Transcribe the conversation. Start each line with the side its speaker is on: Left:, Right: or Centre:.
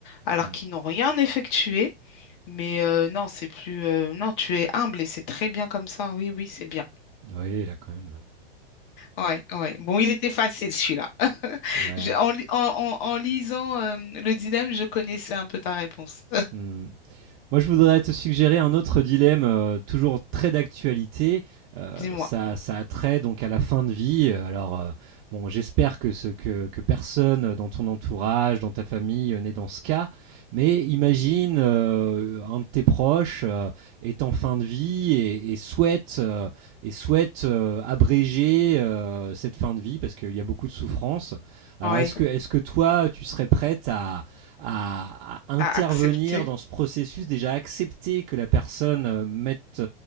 Left: alors
Right: Hmm.
Left: qu'ils n'ont rien effectué. Mais euh, non, c'est plus euh, non, tu es humble et c'est très bien comme ça. Oui, oui, c'est bien.
Right: Oui, là, quand même.
Left: Ouais, ouais. Bon, il était facile celui-là. <laughs>
Right: Ouais.
Left: Je- En, li- en, en- en lisant euh, le dilemme, je connaissais un peu ta réponse.
Right: Hmm. Moi, je voudrais te suggérer un autre dilemme, euh, toujours très d'actualité. Euh,
Left: Dis-moi.
Right: ça, ça a trait donc à la fin de vie. Euh, Alors, euh, bon, j'espère que, ce, que, que personne dans ton entourage, dans ta famille, euh, n'est dans ce cas. Mais imagine euh, un de tes proches euh, est en fin de vie et, et souhaite, euh, et souhaite euh, abréger euh, cette fin de vie parce qu'il y a beaucoup de souffrance. Alors,
Left: Oui.
Right: est-ce que, est-ce que toi, tu serais prête à à, à intervenir
Left: À accepter,
Right: dans ce processus, déjà accepter que la personne euh, mette,